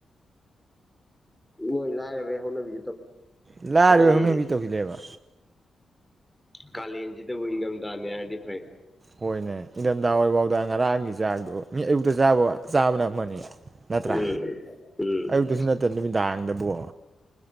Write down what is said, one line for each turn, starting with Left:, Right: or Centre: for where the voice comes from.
Centre: ꯃꯣꯏ ꯂꯥꯏꯔꯥꯕꯩ ꯍꯧꯅꯥꯕꯤ
Right: ꯂꯥꯏꯔꯕ
Centre: ꯑꯩ
Right: ꯍꯧꯅꯕꯤ ꯇꯧꯁꯤꯜꯂꯦꯕ
Centre: ꯀꯥꯂꯦꯟꯁꯤꯗꯕꯨ ꯏꯪꯊꯝꯊꯥꯅꯦ ꯍꯥꯏꯔꯗꯤ ꯐꯩ
Right: ꯍꯣꯏꯅꯦ ꯏꯟꯊꯝꯊꯥ ꯑꯣꯏꯣꯏꯐꯥꯎꯗ ꯉꯔꯥꯡꯒꯤ ꯆꯥꯛꯗꯣ ꯃꯤ ꯑꯌꯨꯛꯇ ꯆꯥꯕ ꯆꯥꯕꯅꯦꯕ ꯃꯅꯤ ꯅꯠꯇ꯭ꯔꯥ
Centre: ꯎꯝ ꯎꯝ
Right: ꯑꯌꯨꯛꯇꯁꯨ ꯅꯠꯇꯦ ꯅꯨꯃꯤꯗꯥꯡꯗ ꯕꯣ